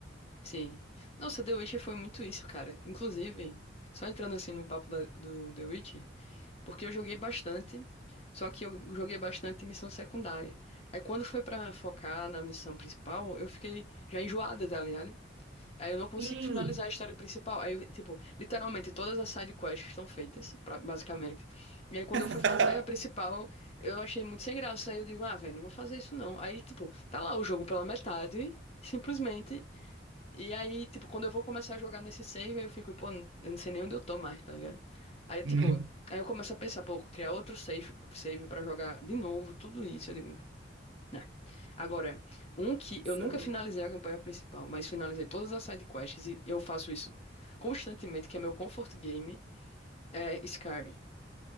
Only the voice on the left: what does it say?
sim. Nossa, The Witcher foi muito isso, cara. Inclusive, só entrando assim no papo da- do The Witch. Porque eu joguei bastante, só que eu joguei bastante missão secundária. Aí quando foi pra focar na missão principal, eu fiquei já enjoada, tá ligado? Aí eu não consegui
finalizar a história principal. Aí, eu, tipo, literalmente todas as side quests estão feitas, pra- basicamente. E aí quando
eu fui fazer a principal, eu achei muito sem graça. Aí eu digo, ah, velho, não vou fazer isso não. Aí, tipo, tá lá o jogo pela metade, simplesmente. E aí, tipo, quando eu vou começar a jogar nesse save, aí eu fico, pô, eu não sei nem onde eu tô mais, tá ligado? Aí, tipo,
aí eu começo a pensar, pô, criar outro save, save pra jogar de novo, tudo isso. Eu digo, não. não. Agora, um que
eu nunca finalizei a campanha principal, mas finalizei todas as side quests e eu faço isso constantemente, que é meu comfort game, é Skyrim.